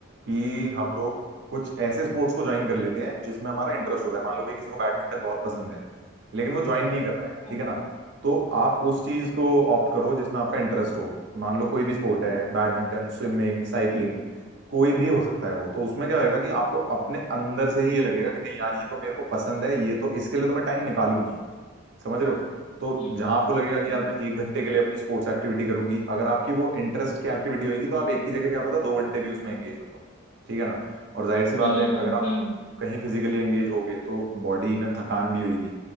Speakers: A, on the right; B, on the left.
A: कि हम लोग कुछ ऐसे स्पोर्ट्स को ज्वाइन कर लेते हैं जिसमें हमारा इंटरेस्ट होता है मान लो कि किसी को बैडमिंटन बहुत पसंद है लेकिन वो ज्वाइन नहीं कर रहा है
B: हम्म
A: ठीक है ना तो आप उस चीज को ऑप्ट करो जिसमें आपका इंटरेस्ट हो मान लो कोई भी स्पोर्ट है बैडमिंटन स्विमिंग साइकिलिंग कोई भी हो सकता है वो तो उसमें क्या होएगा कि आपको अपने अंदर से ही ये लगेगा कि नहीं यार ये तो मेरे को पसंद है ये तो इसके लिए तो मैं टाइम निकालूंगी समझ रहे हो तो
B: हम्म,
A: जहां आपको लगेगा कि
B: हम्म
A: यार मैं एक घंटे के लिए अपनी स्पोर्ट्स एक्टिविटी करूंगी अगर आपकी वो इंटरेस्ट की एक्टिविटी होगी तो आप एक की जगह क्या पता दो घंटे भी उसमें एंगेज हो जाओ ठीक है ना और जाहिर सी बात
B: हम्म हम्म
A: है
B: हम्म,
A: अगर आप
B: हम्म, हम्म,
A: कहीं फिजिकली एंगेज हो गए तो बॉडी में थकान भी होगी